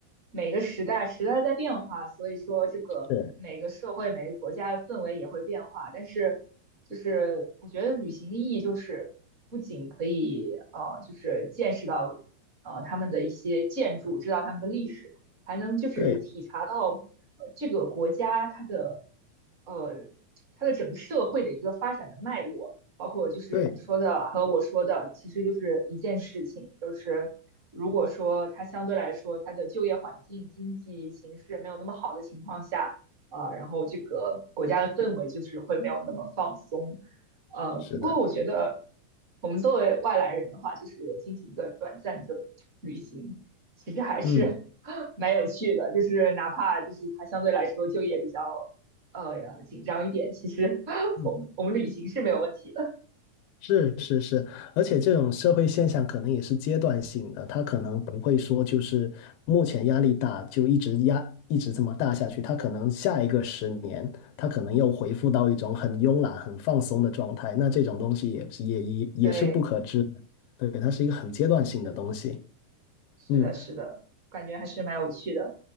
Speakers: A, on the right (about 35°); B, on the left (about 85°).
A: 每个时代时代在变化，所以说这个每个社会、
B: 是，
A: 每个国家的氛围也会变化。但是，就是我觉得旅行的意义就是不仅可以呃，就是见识到呃他们的一些建筑，知道他们的历史，还能就是体察到呃这个国家它的
B: 对
A: 呃它的整个社会的一个发展的脉络。包括就是你说的和我说的，
B: 对，
A: 其实就是一件事情，就是如果说它相对来说它的就业环境、经济形势没有那么好的情况下，呃，然后这个国家的氛围就是会没有那么放松，呃，
B: 是的，
A: 不过我觉得我们作为外来人的话，就是进行一个短暂的旅行，其实还是
B: 嗯，
A: <laughs> 蛮有趣的，就是哪怕就是它相对来说就业比较呃紧张一点，其实 <laughs>
B: 嗯。
A: 我们我们旅行是没有问题的。
B: 是是是，而且这种社会现象可能也是阶段性的，它可能不会说就是目前压力大就一直压一直这么大下去，它可能下一个十年，它可能又恢复到一种很慵懒、很放松的状态，那这种东西也是也也也是不可知的，
A: 对，
B: 对，它是一个很阶段性的东西。
A: 是的，是的，
B: 嗯，
A: 是的，感觉还是蛮有趣的。